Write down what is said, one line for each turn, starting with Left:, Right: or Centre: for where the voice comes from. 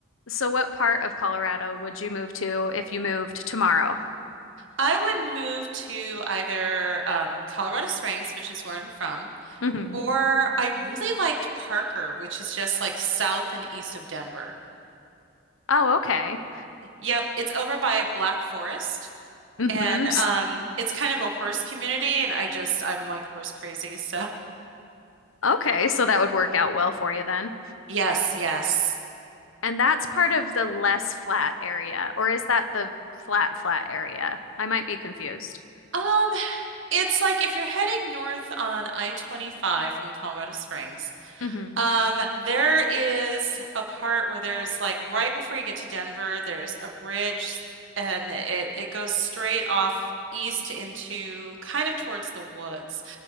Left: So what part of Colorado would you move to if you moved tomorrow?
Right: I would move to either um, Colorado Springs, which is where I'm from,
Left: Mm-hmm.
Right: or I really liked Parker, which is just like south and east of Denver.
Left: Oh, okay.
Right: Yep, it's over by Black Forest.
Left: Mm-hmm.
Right: And um, it's kind of a horse community, and I just I'm like horse crazy. So
Left: Okay, so that would work out well for you then.
Right: <laughs> yes, yes.
Left: And that's part of the less flat area, or is that the flat, flat area? I might be confused.
Right: Um, it's like if you're heading north on I-25 from Colorado Springs,
Left: hmm
Right: um, there is a part where there's like right before you get to Denver, there's a bridge, and it it goes straight off. East into kind of towards the woods.